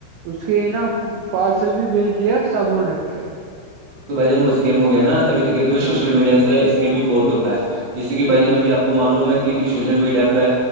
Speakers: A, on the right (about 85°); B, on the right (about 60°).
A: اس کے نا پارسل بھی بھیج دیا صابن رکھ کے
B: تو بھائی ج ن وہ اسکیم ہو گیا نا تبھی تو کہتے سوشل
A: ہوں،
B: میڈیا سے اسکیم بھی بہت ہوتا ہے جس کہ
A: تو
B: بھان اب بھی آپ کو معلوم ہے کہ بھی سوشل میڈیا پہ